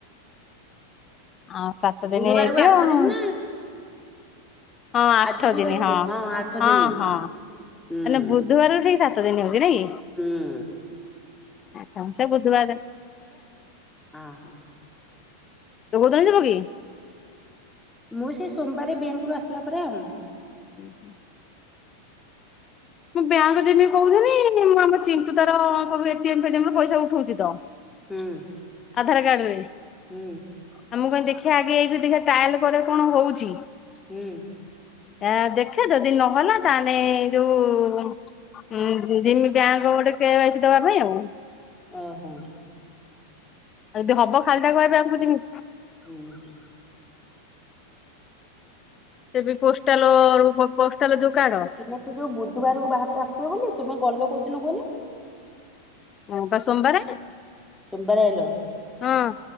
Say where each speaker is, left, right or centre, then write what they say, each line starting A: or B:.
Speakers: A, on the left; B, in the centre.
A: ଆଉ ସାତ ଦିନ
B: ଗୁରୁବାରକୁ
A: ହେଇଥିବ
B: ଆଠ
A: ଆଉଁ।
B: ଦିନ ନା
A: ହଁ, ଆଠ
B: ଆଜି କି
A: ଦିନି
B: ବାର
A: ହଁ,
B: କି ଆଠ
A: ହଁ
B: ଦିନି
A: ହଁ।
B: ହୁଁ।
A: ମାନେ ବୁଧୁବାର କୁ ଠିକ୍ ସାତ ଦିନି ହଉଛି ନାଇଁକି!
B: ହୁଁ
A: ଆଛା ସେ ବୁଧୁବାର
B: ଅ, ହଁ।
A: ତୁ କୋଉଦିନ ଯିବୁ କି?
B: ମୁଁ, ସେଇ ସୋମବାରେ ବ୍ୟାଙ୍କରୁୁ ଆସିଲା ପରେ, ଆଉ
A: ଉ, ହୁଁ। ମୁଁ ବ୍ୟାଙ୍କ ଯିମି କହୁଥିନି-ଇ, ମୁଁ ଆମ ଚିଣ୍ଟୁ ତାର ସବୁ ଏ ଟି ଏମ୍ ଫେଟିଏମ୍ ରୁ ପଇସା ଉଠଉଛି ତ।
B: ହୁଁ।
A: ଆଧାର କାର୍ଡରେ।
B: ହୁଁ
A: ଆ ମୁଁ କୁହେ, ଦେଖିଆ ଆଗେ ଏଇଟି ଦେଖିବା ଟ୍ରାଏଲ୍ କରେ କଣ ହଉଛି?
B: ହୁଁ
A: ଏଁ, ଦେଖେ ଯଦି ନହେଲା ତା ହେନେ କୁ-ଉ ଉଁ ଜିମି ବ୍ୟାଙ୍କ୍ ଗୋଟେ କେ ୱାଇ ସି ଦେବା ପାଇଁ ଆଉ।
B: ଓହୋ।
A: ଆଉ ଯଦି ହବ ଖାଲିଟାକୁ କାଇଁ ବ୍ୟାଙ୍କ କୁ ଯିମି।
B: ଉ ହୁଁ।
A: ସେ ବି ପୋଷ୍ଟାଲ ର ପୋଷ୍ଟାଲ ଯୋଉ କାର୍ଡ
B: ତୁମେ ସେ ଯୋଉ ବୁଧୁବାର କୁ ବାହାରିଚ ଆସିବ ବୋଲି! ତୁମେ ଗଲ କୋଉଦିନ କୁହନି?
A: ହଁ, ପା ସୋମବାରେ।
B: ସୋମବାରେ ଆଇଲ,
A: ହଁ